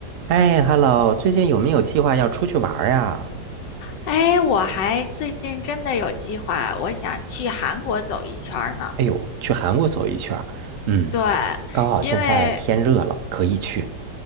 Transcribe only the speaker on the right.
哎，Hello，最近有没有计划要出去玩儿呀？
哎呦，去韩国走一圈儿。嗯，
刚好现在天热了，
可以去。